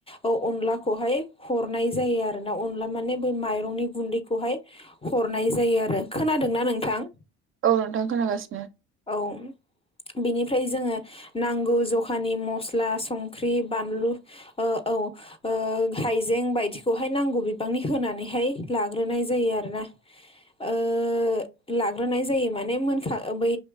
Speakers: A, on the left; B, on the right.
A: औ अनलाखौहाय हरनाय जायो आरो ना अनला माने बै माइरंनि गुन्दैखौहाय हरनाय जायो आरो। खोनादोंना नोंथां?
B: औ नोंथां खोनागासिनो
A: औ बिनिफ्राय जोङो नांगौ जखानि मस्ला संख्रि बानलु ओ औ ओ हाइजें बायदिखौहाय नांगौ बिबांनि होनानैहाय लाग्रोनाय जायो आरोना ओ लाग्रोनाय जायो माने मोनखा बै